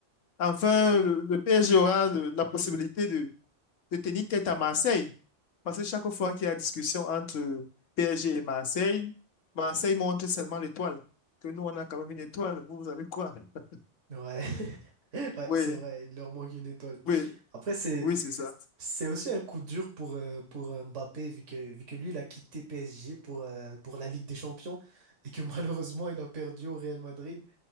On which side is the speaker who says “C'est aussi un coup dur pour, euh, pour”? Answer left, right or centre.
Right